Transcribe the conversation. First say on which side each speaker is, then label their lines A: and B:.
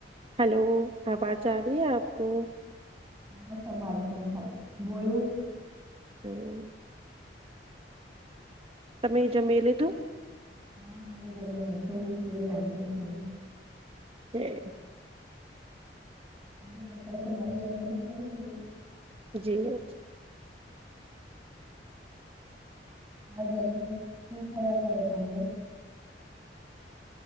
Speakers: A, on the right; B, on the right.
A: હેલો આવાજ આવી આપકો?
B: હા સમાર કો સમ બોલું.
A: હમ્મ. તમે જમી લીધું?
B: હા મને જમી લીધું લેતી હું ફ્રી બેઠી છું.
A: છે.
B: તમે બતાવો તમારે જમાડુ થઈ ગયું?
A: જીમુ
B: હા દસે શું કર્યા કરે તમે?